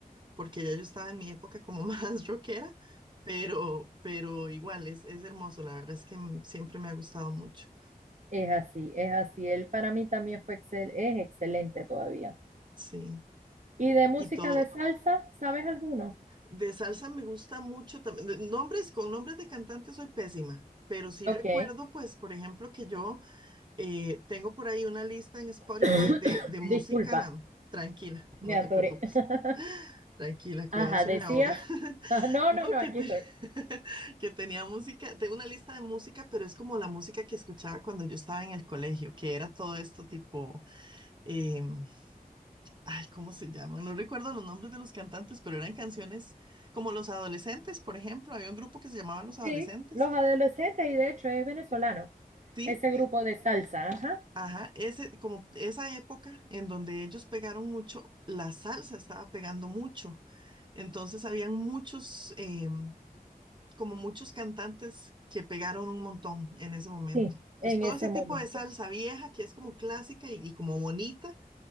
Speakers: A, on the right; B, on the right.
A: porque ya yo estaba en mi época como <laughs> más rockera, pero, pero igual es, es hermoso, la verdad es que m- siempre me ha gustado mucho,
B: Es así, es así. Él para mí también fue excel- es excelente todavía.
A: sí,
B: ¿Y de música
A: y todo.
B: de salsa, sabes alguno?
A: De salsa me gusta mucho también. de- Nombres, con nombres de cantantes soy pésima, pero sí
B: Ok,
A: recuerdo, pues, por ejemplo, que yo eh, tengo por ahí una lista en Spotify
B: <coughs>
A: de, de música
B: disculpa,
A: tranquila, no
B: me atoré.
A: te preocupes.
B: <laughs>
A: Tranquila, cuidado,
B: Ajá,
A: se
B: decías.
A: me ahoga. <laughs>
B: Ah, No,
A: No,
B: no, no, aquí
A: que, te-
B: estoy.
A: <laughs> que tenía música, tengo una lista de música, pero es como la música que escuchaba cuando yo estaba en el colegio, que era todo esto tipo em, Ay, ¿cómo se llaman? No recuerdo los nombres de los cantantes, pero eran canciones como Los Adolescentes, por ejemplo. Había un grupo que se llamaba Los Adolescentes.
B: Sí, Los Adolescentes y de hecho es venezolano,
A: Sí,
B: ese grupo de salsa, ajá.
A: ajá, ese, como esa época en donde ellos pegaron mucho, la salsa estaba pegando mucho. Entonces habían muchos, em, como muchos cantantes que pegaron un montón en ese momento.
B: Sí,
A: Entonces
B: en
A: todo
B: ese
A: ese tipo
B: momento.
A: de salsa vieja que es como clásica y, y como bonita,